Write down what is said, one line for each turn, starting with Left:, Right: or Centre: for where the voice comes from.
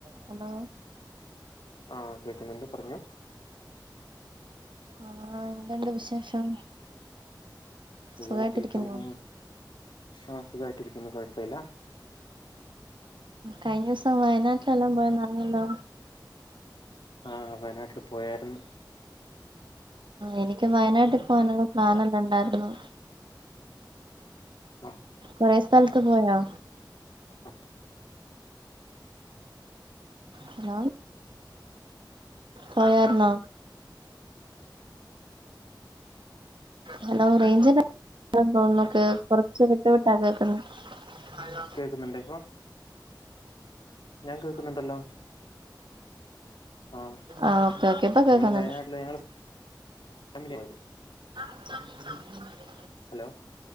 Right: ഹലോ
Left: ആഹ കേക്കുന്നുണ്ട് പറഞ്ഞോ
Right: ആഹ എന്ത്ണ്ട് വിശേഷം
Left: സുഖമായിട്ടിരിക്കുന്നു
Right: സുഖായിട്ടിരിക്കുന്നോ
Left: ആ സുഖായിട്ടിരിക്കുന്നു കുഴപ്പില്ല
Right: കഴിഞ്ഞ ദിവസം വയനാട്ടിലെല്ലാം പോയ നല്ലല്ലോ
Left: ആഹ വയനാട്ടിൽ പോയരുന്നു
Right: എനിക്ക് വയനാട്ടിൽ പോവാനുള്ള പ്ലാനെല്ലാം ഇണ്ടായിരുന്നു
Left: ആഹ്
Right: കൊറെ സ്ഥലത്ത് പോയോ
Left: <unintelligible>
Right: ഹലോ പോയാർന്നോ ഹലോ റേഞ്ച <unintelligible> തോന്നുന്നുോക്കെ കൊറച്ച് വിട്ട വിട്ടാ കേക്കുന്നു അ
Left: കേക്കുന്നുണ്ട് ഇപ്പൊ ഞാൻ കേക്കുന്നുണ്ടല്ലോ ആഹ്
Right: ആഹ ഓക്കെ ഓക്കെ ഇപ്പൊ കേക്കുന്നുണ്ട്
Left: ഞങ്ങള് വയനാട്ടില് ഞങ്ങള് ഫാമിലി പോയത്
Right: ആ
Left: ഹലോ